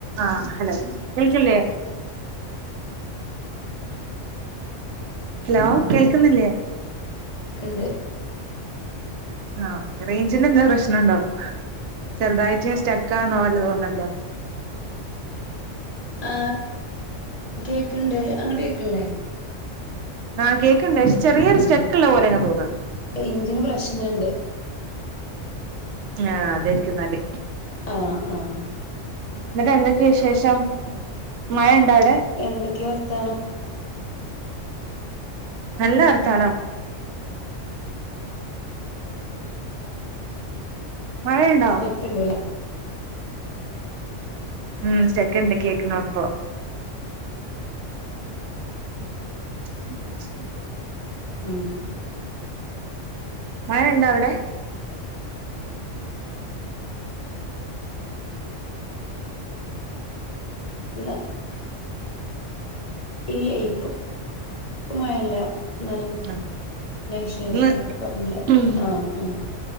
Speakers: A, on the right; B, on the left.
A: ആഹ് hello കേൾക്കില്ലേ? Hello കേൾക്ന്നില്ലേ?
B: ക്ക്ണ്ട്.
A: ആഹ് ഓേക്കെ റേഞ്ചന് എന്താ പ്രശ്നണ്ടോ? ചെറുതായിട്ട് സ്റ്റെക്കാന്നോല തോന്നല്ലോ.
B: ആഹ് കേക്കണ്ട് അങ്ങട്ട കേക്കല്ലേ?
A: ആഹ് കേക്ക്ണ്ട ചെറിയൊരു സ്റ്റെക്ക് ഉള്ള പോലെ അങ്ങ് തോന്നാ.
B: റേഞ്ചിന് പ്രശ്നണ്ട്.
A: ആഹ് അതാരിക്കും എന്നാല്
B: ആഹ് ആഹ്
A: ന്നിട്ട് എന്തൊക്കെയ വിശേഷം മഴ ണ്ടാവ
B: എന്തൊക്കെ വർത്താനം
A: നല്ല വർതാനം. മഴയുണ്ടോ
B: സ്റ്റക്ണ്ടല്ലേ.
A: ഉം സ്റ്റെക്ക് ണ്ട് കേക്കുന്നോമ്പോ. ഉ ഉ <inaudible>
B: ഉം
A: മഴ ണ്ടോ അവിടെ?
B: ഇ <unintelligible> ഇല്ല ഇപ്പപ്പമായല്ല. നല്ല നല്ല
A: ഉം
B: വിശേഷം
A: ഇന്ന്
B: വണ്ട്
A: ഉം
B: ആഹ <unintelligible> ആഹ